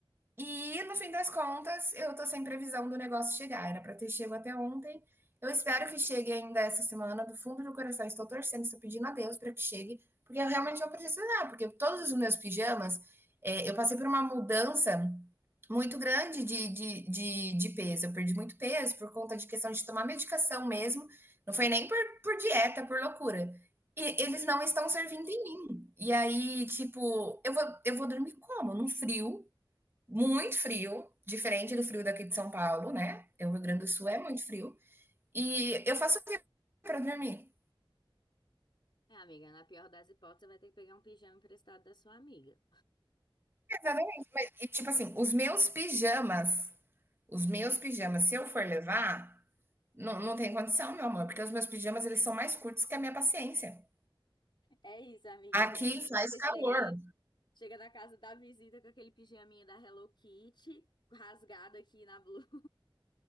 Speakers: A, on the right (about 25°); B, on the left (about 60°).
A: E no fim das contas, eu tô sem previsão do negócio chegar. Era para ter chego até ontem. Eu espero que chegue ainda essa semana. Do fundo do coração, estou torcendo, estou pedindo a Deus para que chegue, porque eu realmente vou precisar. Porque todos os meus pijamas, é, eu passei por uma mudança muito grande de, de, de, de peso. Eu perdi muito peso por conta de questão de tomar medicação mesmo. Não foi nem por, por dieta, por loucura. E
B: Aham,
A: eles não estão servindo em mim. E aí, tipo, eu vou, eu vou dormir como? Num frio muito frio, diferente do frio daqui de São Paulo, né? É, O Rio
B: aham.
A: Grande do Sul é muito frio. E eu faço o que para dormir?
B: É, amiga, na pior das hipóteses, você vai ter que pegar um pijama emprestado da sua amiga.
A: Exatamente. E tipo assim, os meus pijamas, os meus pijamas, se eu for levar, não, não tem condição, meu amor, porque os meus pijamas eles são mais curtos que a minha paciência.
B: É isso, amiga.
A: Aqui faz
B: Você
A: calor.
B: chega, chega na casa da visita com aquele pijaminha da Hello Kitty, rasgado aqui na blusa,